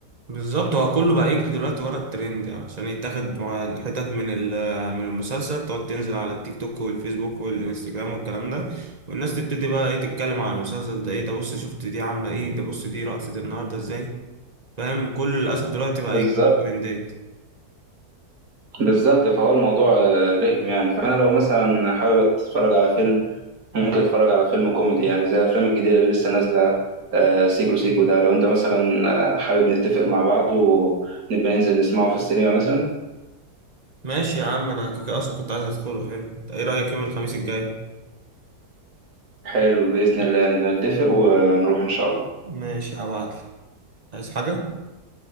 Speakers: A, on the right (about 25°); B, on the right (about 65°).
A: بالظبط هو كله بقى يجري دلوقتي ورا الترند يعني عشان يتاخد مع الحتت من ال- من المسلسل تقعد تنزل على التيك توك والفيسبوك والانستجرام والكلام ده والناس تبتدي بقى ايه تتكلم على المسلسل ده ايه ده بص شفت دي عاملة ايه ده بص دي رقصت النهاردة ازاي فاهم كل للأسف دلوقتي بقى
B: بالظبط
A: يجري ورا الترندات
B: بالظبط فهو الموضوع آه، رخم يعني فانا لو مثلا حابب اتفرج على فيلم ممكن اتفرج على فيلم كوميدي يعني زي الافلام الجديده اللي لسه نازله آه، سيكو سيكو ده لو انت مثلا آه، حابب نتفق مع بعض ونبقى ننزل نسمعه في السينما مثلا
A: ماشي يا عم انا كده كده اصلا كنت عايز ادخله حلو ايه رأيك يوم الخميس الجاي
B: حلو باذن الله نبقى نتفق ونروح ان شاء الله
A: ماشي هبعتلك عايز حاجة